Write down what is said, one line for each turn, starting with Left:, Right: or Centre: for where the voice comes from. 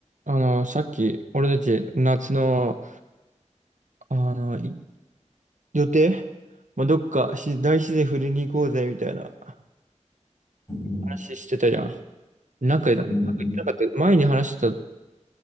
Right: あの、さっき、俺たち、夏の、あの、い予定まあ、どっかし、大自然振りに行こうぜ、みたいな
Left: うん
Right: 話してたじゃん。中だ。
Left: うん
Right: なんか言ってなかった。前に話した